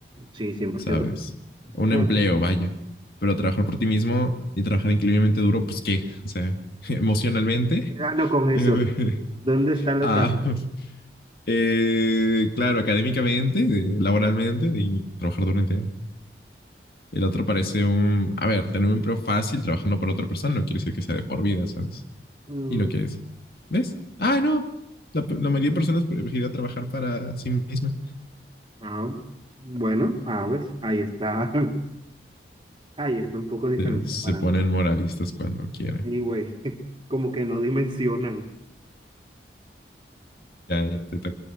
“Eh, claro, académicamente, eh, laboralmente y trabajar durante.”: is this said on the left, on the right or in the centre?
Left